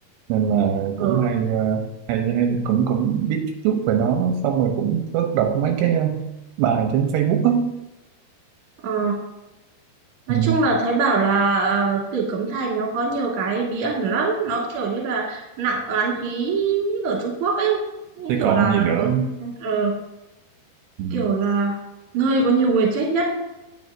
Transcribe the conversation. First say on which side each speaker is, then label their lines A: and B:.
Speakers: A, on the right; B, on the right.
A: nên là cũng
B: Ờ,
A: hay ờ, hay hay cũng cũng biết chút chút về nó xong rồi cũng có đọc mấy cái ờ, bài trên Facebook á
B: ờ. nói
A: ừ.
B: chung là thấy bảo là ờ, Tử Cấm Thành nó có nhiều cái bí ẩn lắm nó kiểu như là nặng oán khí ở Trung Quốc ấy như
A: thế
B: kiểu
A: còn
B: là
A: gì nữa
B: có ờ,
A: ừ.
B: kiểu là nơi có nhiều người chết nhất